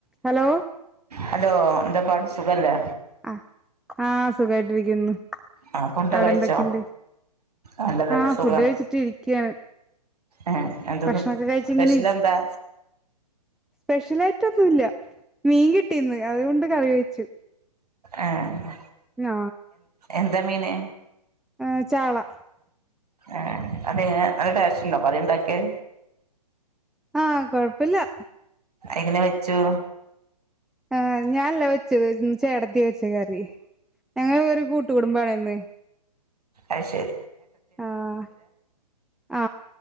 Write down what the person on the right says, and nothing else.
hello എന്താ പാട് സുഖല്ലേ?
ആഹ് ഫുഡ്
കഴിച്ചോ
നല്ലതന്നെ
സുഖം
ഏഹ് എന്താന്ന്
സ്പെഷൽ
എന്താ
ങേ
എന്താ മീന്?
ആ അത് നല്ല ടേസ്റ്റ് ഉണ്ടോ കറിയുണ്ടാക്കിയെ.
എങ്ങനെ വെച്ചു?
അയ്ശരി